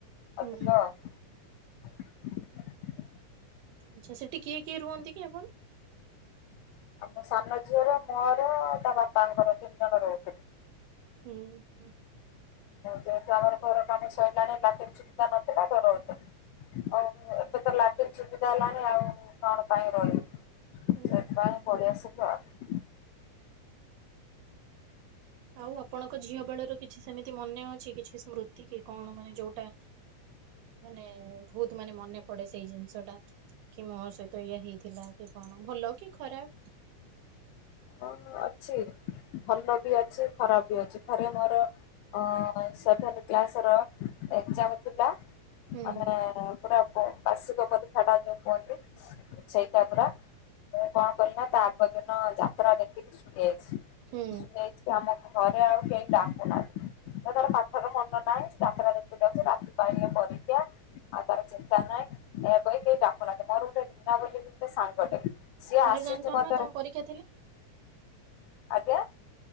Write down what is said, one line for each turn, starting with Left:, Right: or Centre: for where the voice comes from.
Right: ହୁଁ।
Left: ଅଧିକ <inaudible>
Right: ଆଚ୍ଛା ସେଠି କିଏ କିଏ ରୁହନ୍ତି କି ଆପଣ?
Left: ଆମ ସାନ ଝିଅର ମୋର ତା ବାପାଙ୍କର ତିନି ଜଣ ରହୁଥିଲୁ।
Right: ହୁଁ। ହୁଁ
Left: ଯେହେତୁ ଆମର ଘର କାମ ସରିଲାଣି ଲାଟିନ୍ ସୁବିଧା ନଥିଲା ମ ରହୁଥିଲୁ। ଆଉ ଏବେ ତ ଲାଟିନ୍ ସୁବିଧା ହେଲାଣି ଆଉ କଣ ପାଇଁ ରହିବୁ।
Right: ହୁଁ
Left: ସେଥିପାଇଁ
Right: ହୁଁ।
Left: ପଳିଆସିଲୁ ଆଉ।
Right: ଆଉ ଆପଣଙ୍କ ଝିଅ ବେଳ ର କିଛି ସେମିତି ମନେ ଅଛି। କିଛି ସ୍ମୃତି କି କଣ ମାନେ ଯୋଉଟା ମାନେ ବହୁତ ମାନେ ମନେ ପଡେ ସେଇ ଜିନିଷ ଟା କି ମୋ ସହିତ ଇଏ ହେଇଥିଲା କି କଣ? ଭଲ କି ଖରାପ୍।
Left: ହଁ ଅଛି। ଭଲ ବି ଅଛି ଖରାପ ବି ଅଛି ଥରେ ମୋର ଅ ସେଭେନଥେ୍ କ୍ଲାସ ର ଏକ୍ସାମ ଥିଲା
Right: ହୁଁ
Left: ମାନେ ପୁରା ବାର୍ଷିକ ପ ସେଟା ଯୋଉ କୁହନ୍ତି, ସେଇଟା ପୁରା ମୁଁ କଣ କଲି ନା ତା ଆଗ ଦିନ ଯାତ୍ରା ଦେଖିକି ଶୁଣିଯାଇଛି-ଶୁଣିଯାଇଛି
Right: ହୁଁ।
Left: ଆମ ଘରେ ଆଉ କେହି ଡାକୁନାହାନ୍ତି। ତ ତାର ପାଠର ମନ ନାହିଁ ଯାତ୍ରା ଦେଖି ଯାଉଛି ରାତି ପାଇଁ ପରୀକ୍ଷା। ତାର ଚିନ୍ତା ନାହିଁ ଏହା କହି-କେହି ଡାକୁନାହାନ୍ତି ମୋର ଗୋଟେ ମିନା ବୋଲି ଗୋଟେ ସାଙ୍ଗ ଟେ ସିଏ ଆସିଛି
Right: ଜାଣିଛ
Left: ମତେ
Right: ନା ତମ ପରୀକ୍ଷା ତମ ଘରେ
Left: ଆଜ୍ଞା